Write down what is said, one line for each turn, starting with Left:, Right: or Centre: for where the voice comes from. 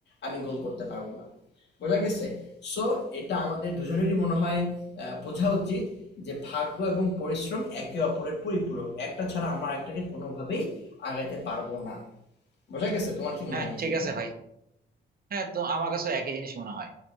Left: আমি গোল করতে পারবো না বোঝা গেছে সো এটা আমাদের দুজনেরই মনে হয় আহ, বোঝা উচিত যে ভাগ্য এবং পরিশ্রম একে অপরের পরিপূরক একটা ছাড়া আমরা একটাকে কোনোভাবেই আগাইতে পারবো না বোঝা গেছে তোমার কি মনে
Right: হ্যাঁ
Left: হয় এই
Right: ঠিক
Left: ক্ষেত্রে
Right: আছে ভাই হ্যাঁ তো আমার কাছে একই জিনিস মনে হয়